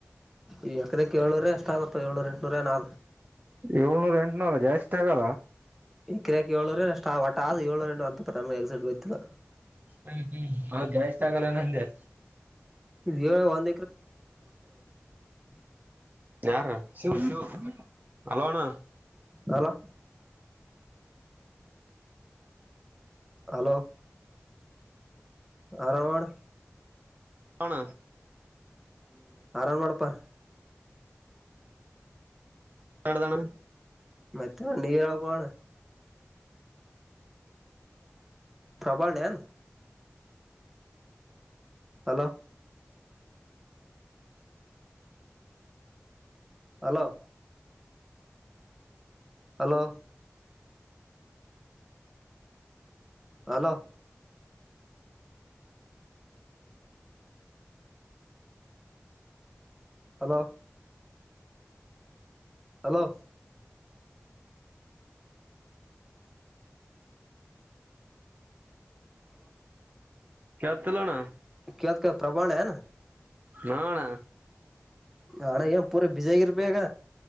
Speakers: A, in the centre; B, on the right.
A: ಈ ಯಕರಾಕ್ಕೆ ಏಳೂರ ಎಷ್ಟ ಆದಪ್ಪ ಏಳೂರು ಎಂಟನೂರ ನ
B: ಏಳ್ನೂರ ಎಂಟನೂರಲ್ಲ ಜಾಸ್ತಿ ಆಗಲ್ಲ
A: ಎಕ್ರಾಕಿ ಏಳುರು ಅಷ್ಟ ಒಟ ಆದ್ ಏಳು ಅಂತ ನಮಗೆ ಎಕ್ಸಿಟ್ ಗೊತ್ತಿಲ್ಲ
B: ಹ್ಮ್ ಹ್ಮ್ ನ ಜಾಸ್ತಿ ಆಗಲ್ಲ ನನ್ಗೆ
A: ಇ ಒಂದ
B: ಯಾರ ಶಿವು ಶಿವು ಹಲೋಣ
A: ಹಲೋ ಹಲೋ ಹಲೋಣ
B: ಹಣ
A: ಆರಾಮ್ ನೋಡಪ್ಪಾ
B: ಎಡದಾನ
A: ಮತ್ತತ್ತೆ ನೀ ಆವು ಕಣ ಪ್ರಬಣ ನ್ hello hello hello hello hello hello
B: ಕತ್ತಲ್ಲಣ
A: ಕವಂತ ಕ ಪ್ರಬಾಣ ಹೆನ
B: ಹಣ
A: ಹಣ ಪೂರ ಬಿಜಾಗಿಿರ್ಬಿಗ